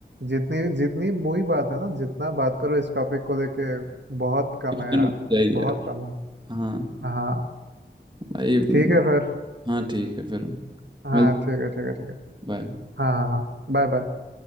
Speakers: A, on the right; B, on the right.
A: जितनी जितनी वही बात है ना जितना बात करो इस टॉपिक को लेके बहुत कम
B: एक्सटेंड
A: है यार
B: हो जाएगी
A: बहुत कम है
B: हाँ
A: हाँ
B: भाई
A: ठीक है फिर
B: हाँ ठीक है फिर
A: हाँ
B: मिलते
A: ठीक
B: हैं,
A: है ठीक है ठीक है
B: बाय
A: हाँ हाँ हाँ Bye bye